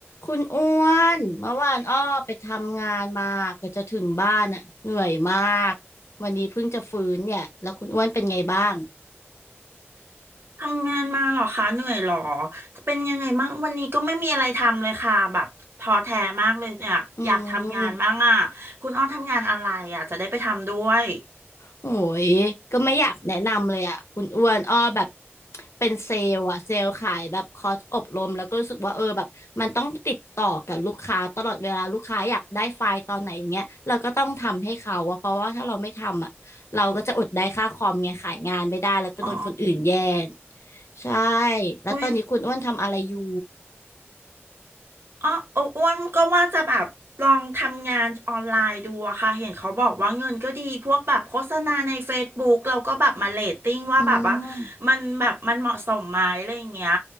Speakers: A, on the left; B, on the right.
A: คุณอ้วนเมื่อวานอ้อไปทำงานมากว่าจะถึงบ้านอ่ะเหนื่อยมากวันนี้เพิ่งจะฟื้นเนี่ยแล้วคุณอ้วนเป็นไงบ้าง
B: ทำงานมาเหรอคะเหนื่อยเหรอเป็นยังไงบ้างวันนี้ก็ไม่มีอะไรทำเลยค่ะแบบท้อแท้มากเลยเนี่ยอยากทำงานบ้างอ่ะคุณอ้อทำงานอะไรอ่ะจะได้ไปทำด้วย
A: อืม โอ้ยก็ไม่อยากแนะนำเลยอ่ะคุณอ้วนอ้อแบบเป็นเซลล์อ่ะเซลล์ขายแบบคอร์สอบรมแล้วก็รู้สึกว่าเออแบบมันต้องติดต่อกับลูกค้าตลอดเวลาลูกค้าอยากได้ไฟล์ตอนไหนอย่างเงี้ยเราก็ต้องทำให้เขาอะเพราะว่าถ้าเราไม่ทำอ่ะเราก็จะอดได้ค่าคอมไงขายงานไม่ได้แล้วก็โดนคนอื่นแย่ง
B: อ๋อ
A: ใช่แล้วตอนนี้คุณอ้วนทำอะไรอยู่
B: อุ้ย อ๋ออ้วนก็ว่าจะแบบลองทำงานออนไลน์ดูอะค่ะเห็นเขาบอกว่าเงินก็ดีพวกแบบโฆษณาในเฟซบุ o กเราก็แบบมาเรตติ้งว่าแบบว่า
A: อืม
B: มันแบบมันเหมาะสมไหมอะไรอย่างเงี้ย